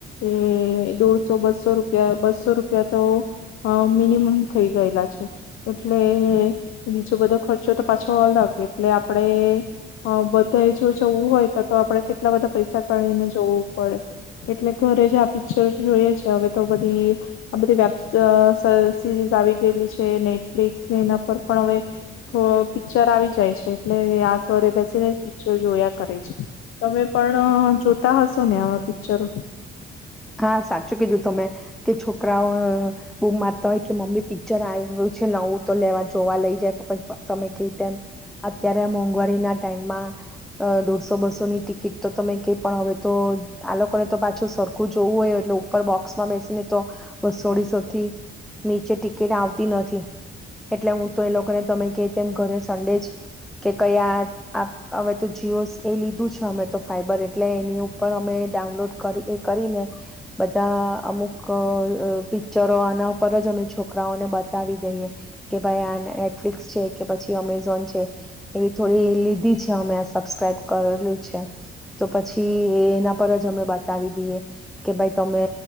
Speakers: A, on the left; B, in the centre.
A: એ દોઢસો બસો રૂપિયા બસો રૂપિયા તો અ મિનિમમ થઈ ગયેલા છે એટલે બીજો બધો ખર્ચો તો પાછો અલગ એટલે આપણે અ બધે જો જવું હોય તો તો આપડે કેટલા બધા પૈસા કાઢીને જવું પડે, એટલે ઘરે જ આ પિક્ચર જોઈએ છે હવે તો બધી આ બધી વેબ્સ સર સિરીઝ આવી ગયેલી છે નેટફ્લિક્સ એના પર પણ હવે થો પિક્ચર આવી જ જાય છે એટલે આખરે બસ પિક્ચર જોયા કરે છે. તમે પણ જોતા હશો ને આવા પિક્ચરો?
B: હા સાચું કીધું તમે કે છોકરાઓ બુમ મારતા હોય કે મમ્મી પિક્ચર આવ્યું છે નવું તો લેવા જોવા લઈ જાય પપ્પા તમે કે તેમ અત્યારે મોંઘવારી ના ટાઈમમાં અ દોઢસો બસો ની ટિકિટ તો તમે કે પણ હવે તો આ લોકોને તો પાછું સરખું જોવું હોય એટલે ઉપર બોક્સમાં બેસીને તો બસોડીસોથી નીચે ટિકિટ આવતી નથી. એટલે હું તો એ લોકોને તમે કે તેમ ઘરે સંડેજ કે કયા હવે તો જીઓસ એ લીધું છે. અમે તો ફાઈબર એટલે એની ઉપર અમે ડાઉનલોડ એ કરીને બધા અમુક અ પિક્ચરો આના પર જ અમે છોકરાઓને બતાવી દઈએ. કે ભાઈ આ નેટફ્લિક્સ છે કે પછી અમેઝોન છે એવી થોડી લીધી છે અમે આ સબસ્ક્રાઈબ કરેલું છે તો પછી એના પર જ અમે બતાવી દઈએ કે ભાઈ તમે